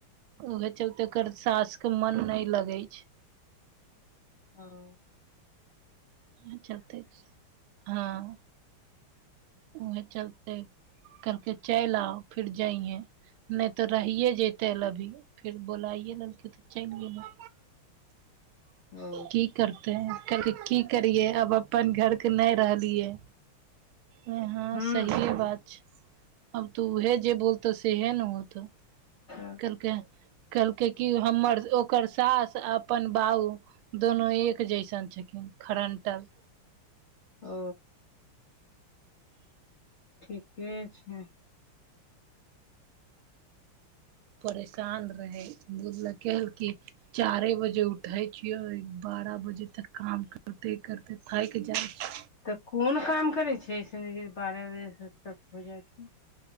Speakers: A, on the right; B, on the left.
A: ओके चलते एकर साास के मन नै लगै छै।
B: हँ <inaudible>
A: नै चलतै, तै दुआरे हँ उहे चलते, कहलकै चलि आउ फिर जैहें। नहि तऽ रहिए जैतै अभी, फेर बोलाइए लेलकै तऽ चलि गेलै।
B: ओ
A: की करबै। तैऽ कहलकै की करियै आब अपन घर के नहि रहलियै। नै हँ
B: हूँ
A: सहिए बात छै। हम ते उहे जे बोलतौ सेहे न होतौ।
B: हँ।
A: कहलकै कहलकै की हमर ओकर सास अपन बाऊ दोनो एक जैसन छखिन, खरंटल।
B: ओ। ठीके छै।
A: परेशान रहै, बुझलखिन कि चारे बजे उठै छियै। बारह बजे तक काम करते करते थाकि जाइ छियै।
B: तऽ कोन काम करै छै ऐसन जे बारह बजे तक हो जाइ छै।